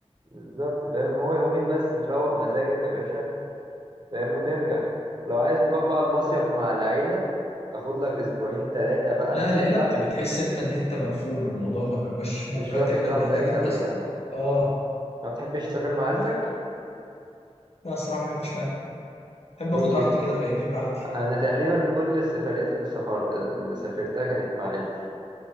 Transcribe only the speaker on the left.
لا
العيله
بت- بتحس انت ان انت مقفول والموضوع ما بيبقاش
منفتح
كده
محتاج انت
ص-
اه
واحد- لا الصراحه ما بحبش معاها بحب
اخد
راحتي كده فاهمني براحتي